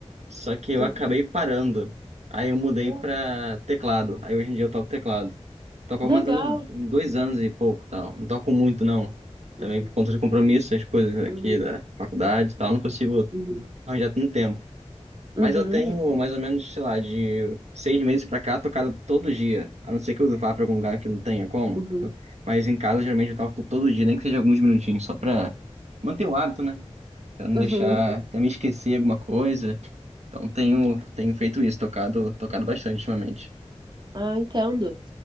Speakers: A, on the right; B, on the right.
A: Só que eu
B: eu
A: acabei
B: não
A: parando. Aí eu mudei
B: Ah,
A: pra teclado. Aí hoje em dia eu toco teclado. Toco
B: legal.
A: mais ou menos uns dois anos e pouco, tal. Não toco muito, não. Também
B: Uhum,
A: por conta de compromisso, as coisas aqui
B: uhum,
A: da faculdade e tal, não consigo
B: uhum,
A: arranjar tanto tempo.
B: uhum,
A: Mas eu tenho mais ou menos, sei lá, de seis meses pra cá, tocado todo dia. A não ser que eu vá pra algum lugar que não tenha como.
B: uhum,
A: Mas em casa, geralmente, eu toco todo dia, nem que seja alguns minutinhos, só pra manter o hábito, né? Pra não
B: uhum.
A: deixar, também esquecer alguma coisa. Então tenho, tenho feito isso, tocado, tocado bastante ultimamente.
B: Ah, entendo.